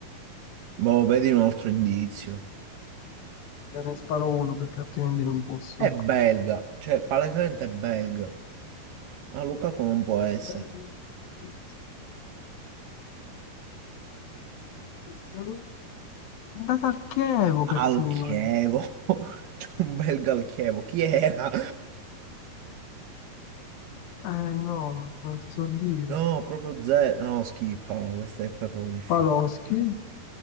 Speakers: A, on the right; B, on the left.
A: Boh, vedi un altro indizio.
B: Te ne sparo uno perché altrimenti non posso.
A: È belga, cioè palesemente è belga. Ah, Lukaku non può essere.
B: Per il quinto, questo. È andata al Chievo persino.
A: Al Chievo, <laughs> c'è un belga al Chievo, chi era?
B: Eh no, non ti so dire.
A: No, proprio zero, no, schifo, questa è qua è proprio difficile.
B: Paloschi.